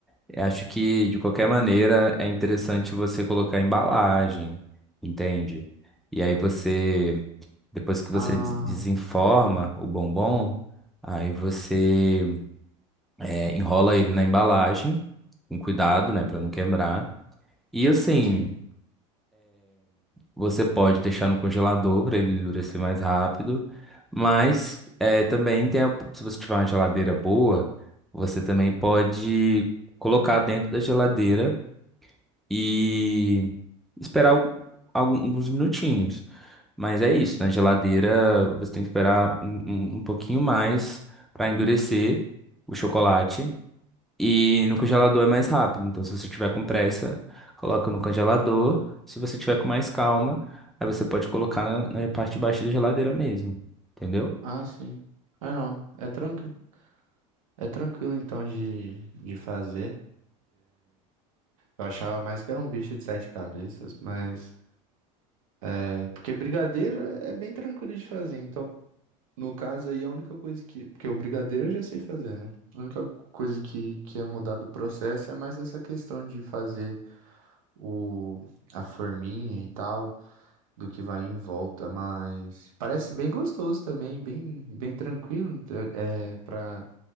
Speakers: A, in the centre; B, on the right.
A: eu acho que de qualquer maneira é interessante você colocar embalagem, entende? E aí você, depois que você
B: Ah,
A: des- desenforma o bombom, aí você É, enrola ele na embalagem, com cuidado, né, para não quebrar. E assim,
B: sim.
A: você pode deixar no congelador para ele endurecer mais rápido, mas é, também tem a- se você tiver uma geladeira boa, você também pode colocar dentro da geladeira e esperar al- alguns minutinhos. Mas é isso, na geladeira você tem que esperar um, um um pouquinho mais para endurecer o chocolate. E no congelador é mais rápido. Então, se você tiver com pressa, coloca no congelador. Se você tiver com mais calma, aí você pode colocar na, na parte de baixo da geladeira mesmo. Entendeu?
B: Ah, sim. Ah, não. É tranquilo. É tranquilo então de, de fazer. Eu achava mais que era um bicho de sete cabeças, mas. É, porque brigadeiro é bem tranquilo de fazer. Então, no caso aí, a única coisa que. Porque o brigadeiro eu já sei fazer, né? A única coisa que, que ia mudar do processo é mais essa questão de fazer o, a forminha e tal, do que vai em volta. Mas parece bem gostoso também, bem, bem tranquilo então é, pra,